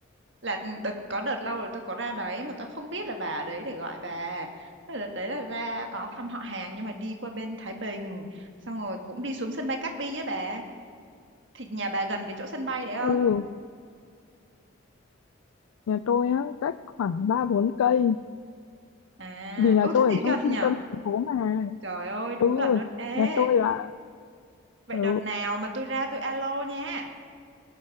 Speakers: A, on the right; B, on the left.
A: là ừ, đợt, có đợt lâu rồi tôi có ra đấy mà tôi không biết là bà ở đấy để gọi bà Thế là đợt đấy là ra có thăm họ hàng nhưng mà đi qua bên Thái Bình xong rồi cũng đi xuống sân bay Cát Bi á bà thì nhà bà gần cái chỗ sân bay đấy không
B: Ừ, nhà tôi á, cách khoảng 3 4 cây,
A: à
B: vì nhà
A: ô thế
B: tôi
A: thì
B: ở trong
A: gần
B: trung
A: nhở
B: tâm thành phố mà.
A: trời ơi đúng
B: Ừ,
A: gần luôn ê
B: nhà tôi là
A: vậy
B: ừ,
A: đợt nào mà tôi ra tôi alo nha